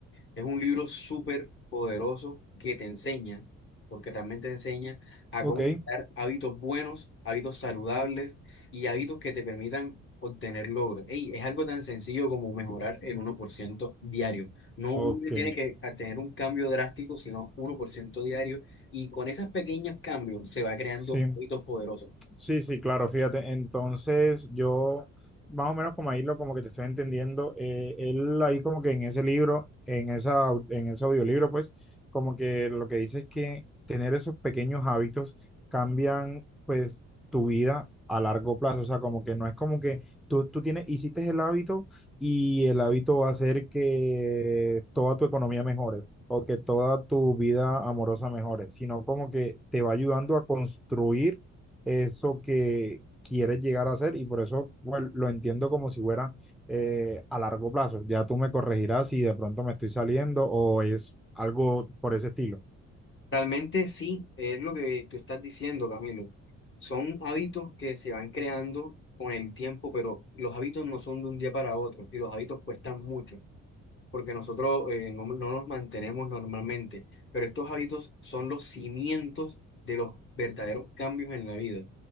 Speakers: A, on the left (about 40°); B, in the centre.
A: Es un libro súper poderoso que te enseña, porque realmente enseña a
B: Ok,
A: cómo crear hábitos buenos, hábitos saludables y hábitos que te permitan obtener logros. Ey, es algo tan sencillo como mejorar el uno por ciento diario. No
B: ok,
A: uno tiene que tener un cambio drástico, sino uno por ciento diario. Y con esos pequeños cambios se va creando
B: sí.
A: hábitos poderosos.
B: Sí, sí, claro, fíjate. Entonces, yo, más o menos como ahí lo como que te estoy entendiendo, eh, él ahí como que en ese libro, en esa, au- en ese audiolibro, pues, como que lo que dice es que tener esos pequeños hábitos cambian, pues, tu vida a largo plazo. O sea, como que no es como que tú, tú tienes, hiciste el hábito y el hábito va a hacer que toda tu economía mejore o que toda tu vida amorosa mejore, sino como que te va ayudando a construir eso que quieres llegar a hacer y por eso bueno, lo entiendo como si fuera eh, a largo plazo. Ya tú me corregirás si de pronto me estoy saliendo o es algo por ese estilo.
A: Realmente sí, es lo que tú estás diciendo, Camilo. Son hábitos que se van creando con el tiempo, pero los hábitos no son de un día para otro y los hábitos cuestan mucho porque nosotros eh, no, no nos mantenemos normalmente, pero estos hábitos son los cimientos de los verdaderos cambios en la vida.